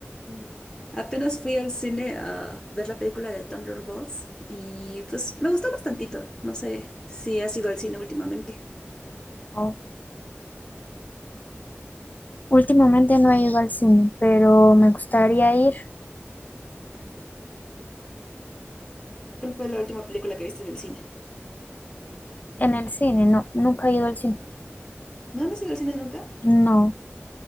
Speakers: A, on the left; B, on the left.
A: Mm. Apenas fui al cine a ver la película de Thunderbolts y pues me gustó bastantito. No sé si has ido al cine últimamente.
B: no Últimamente no he ido al cine, pero me gustaría ir
A: ¿Cuál fue la última película que viste en el cine?
B: en el cine. No, nunca he ido al cine.
A: ¿No, no has ido al cine nunca?
B: No.